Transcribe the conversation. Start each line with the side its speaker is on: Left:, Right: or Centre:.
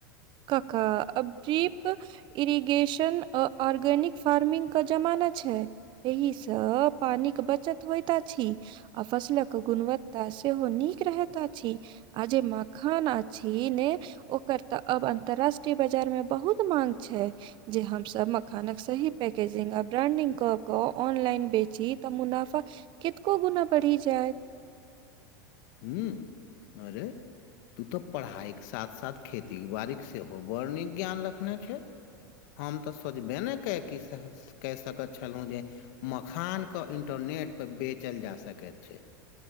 Right: काका अबजीप इरिगेशन ऑर्गेनिक फार्मिंगके जमाना छै एहिसँ पानिक बचत होइत अछि आ फसलक गुणवत्ता सेहो नीक रहैत अछि आ जे मखान आछि ने ओकर तऽ अब अन्तराष्ट्रीय बाजारमे बहुत माँग छै जे हमसभ मखानक सही पैकेजिंग आ ब्रांडिंग कऽ क ऑनलाइन बेची तऽ मुनाफा कितको गुना बढ़ि जाय
Left: हू आरे तू तऽ पढ़ाइक साथ साथ खेती बाड़ीक सेहो बड़ नीक ज्ञान रखने छै हम तऽ सोचबे नहि क क सकैत छलहुँ जे मखानक इंटरनेटपर बेचल जा सकैत छै